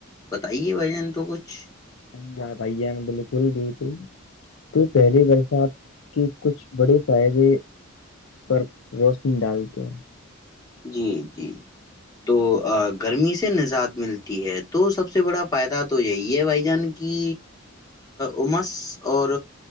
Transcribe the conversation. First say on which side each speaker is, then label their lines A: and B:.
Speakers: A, on the left (about 15°); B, on the left (about 70°).
A: بتائیے بھائی جن تو کچھ
B: سحی بھائی جان بالکل بالکل تو پہلی بر سےا آپ کی کچھ بڑے فائدے پر روشنی ڈالتے ہیں
A: جی جی تو گرمی سے نجات ملتی ہے تو سب سے بڑا فائدہ تو یہی ہے بھائی جان کی امس اور